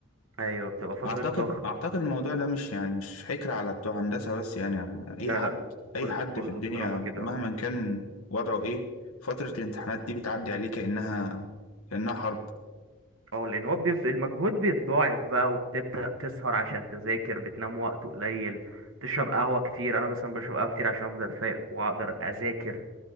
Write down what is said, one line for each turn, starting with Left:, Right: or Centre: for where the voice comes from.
Right: ايوه بتبقى فترة
Left: اعتقد
Right: ضغط
Left: اعتقد الموضوع ده مش يعني مش حكر على بتوع هندسة بس يعني, يعني اي
Right: لا
Left: حد
Right: لا
Left: اي
Right: كله
Left: حد
Right: كله
Left: في الدنيا
Right: بصراحة كده
Left: مهما
Right: اه
Left: كان وضعه ايه فترة الامتحانات دي بتعدي عليه كأنها كأنها حرب
Right: اه لأن هو بيب... المجهود بيتضاعف بقى وبتبدأ تسهر عشان تذاكر بتنام وقت قليل تشرب قهوة كتير أنا مثلا بشرب قهوة كتير عشان أفضل فايق وأقدر أذاكر